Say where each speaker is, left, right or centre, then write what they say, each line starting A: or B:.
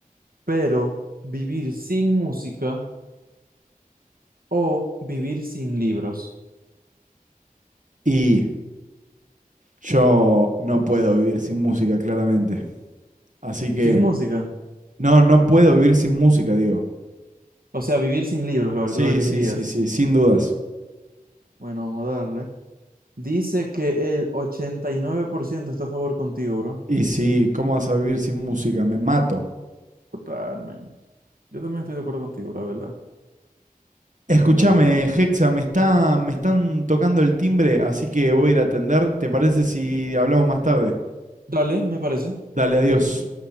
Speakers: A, on the right (about 80°); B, on the right (about 60°).
A: pero vivir sin música o vivir sin libros?
B: y yo no puedo vivir sin música, claramente. Así que,
A: Sin música.
B: no, no puedo vivir sin música, digo.
A: O sea, vivir sin libros, lo
B: Sí,
A: lo elegirías.
B: sí, sí, sí, sin dudas.
A: Bueno, vamos a darle. Dice que el 89% está a favor contigo, bro.
B: Y sí, ¿cómo vas a vivir sin música? Me mato.
A: Total, man. Yo también estoy de acuerdo contigo, la verdad.
B: Escúchame,
A: La verdad, la verdad.
B: Hexa, me está, me están tocando el timbre, así que voy a ir a atender. ¿Te parece si hablamos más tarde?
A: Dale, me parece.
B: Dale, adiós.